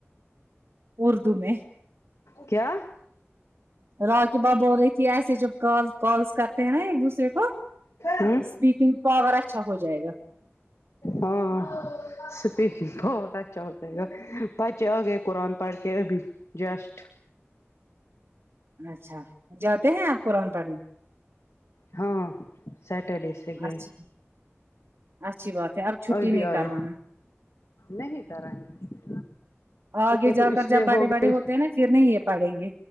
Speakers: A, on the right; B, on the left.
A: اردو میں
B: کیا
A: راکی ب بول رہی تھی ایسے جب کال کالس کرتے ہیں ایک دوسرے کو
B: ہوں
A: اسپیکنگ پاور اچھا ہو جائے گا
B: ہاں سپیک بہت اچھا ہو جائے گا بچے آگے قرآن پڑھ کے ابھی جسٹ
A: اچھا جاتے ہیں آپ قرآن پڑھنے
B: ہاں سیٹرڈے سے گئے
A: اچھی اچھی بات ہے اب چھٹی
B: اور بھی
A: نہیں
B: آئے
A: کروانا
B: نہیں کریں گے
A: آگے
B: یہ
A: جا
B: تو اس
A: کر جب
B: لیے
A: بڑے
B: ہو گئی
A: بڑے ہوتے ہیں نا پھر نہیں یہ پڑیں گے